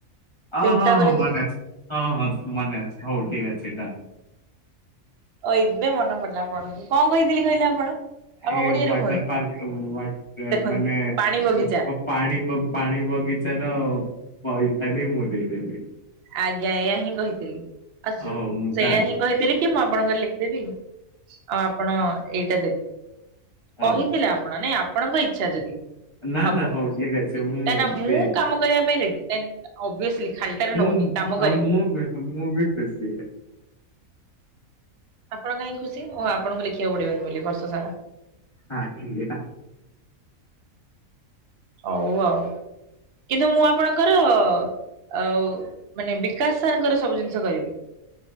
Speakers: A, on the left; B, on the right.
A: ଅ,
B: ତିନିଟାକ
A: ହଁ ହଁ ହଁ
B: ଲେଖି
A: ମନେ ଅଛି, ହଁ ହଁ ମନେ ଅଛି, ହଉ ଠିକ୍ ଅଛି ଡନ୍।
B: ଓ ଏବେ ମନେ ପଡିଲା ଆପଣଙ୍କୁ, କଣ କହିଥିଲି କହିଲେ ଆପଣ? ଆମ
A: ଏଇ
B: ଓଡିଆରେ
A: ୱାଟର
B: କୁହନ୍ତୁ
A: ପାର୍କ ୱାଟ
B: ଦେଖନ୍ତୁ
A: ମାନେ
B: ପାଣି ବଗିଚା
A: <unintelligible> ପାଣି ପ ପାଣି ବଗିଚାର ପଇସା ଟି ମୁଁ ଦେଇଦେବି।
B: ଆଜ୍ଞା ଏଇୟା ହିଁ କହିଥିଲି ଆଉ ଶୁ
A: ହଉ ମୁଁ
B: ସେଇୟା
A: ଡନ୍
B: ହିଁ କହିଥିଲି କି ମୁଁ ଆପଣଙ୍କର ଲେଖିଦେବି ଆଉ ଆପଣ ଏଇଟା ଦେବ
A: ହଉ
B: କହିଥିଲେ ଆପଣ ନାଇଁ ଆପଣଙ୍କ ଇଚ୍ଛା ଯଦି
A: ନା
B: ହବ।
A: ନା ହଉ ଠିକ ଅଛି ମୁଁ
B: କାଁଇଁ ନା ମୁଁ
A: ଦେଇଦେବି।
B: କାମ କରିବା ପାଇଁ ରେଡି ଅଭିଅସଲି ଖାଲିଟାରେ ନଉନି।
A: ହୁଁ
B: କାମ କରିବି।
A: ଅ ମୁଁ ବି ମୁଁ ବି ଖୁସି ଏଟା।
B: ଆପଣ କାଇଁ ଖୁସି ଓ ଆପଣଙ୍କୁ ଲେଖିବାକୁ ପଡିବନି ବୋଲି ବର୍ଷ ସାରା।
A: ଆ କିଆ
B: ହଉ ଆଉ କିନ୍ତୁ ମୁଁ ଆପଣଙ୍କର ଆଉ ମାନେ ବିକାଶ ସାର ଙ୍କର ସବୁ ଜିନିଷ କରିବି।